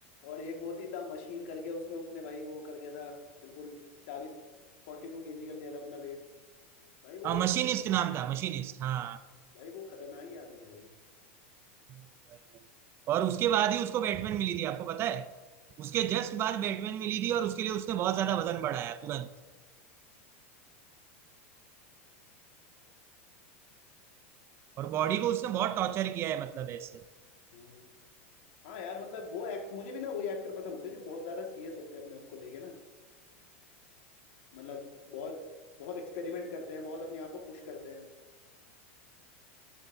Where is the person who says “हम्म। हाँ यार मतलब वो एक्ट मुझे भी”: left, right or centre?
Left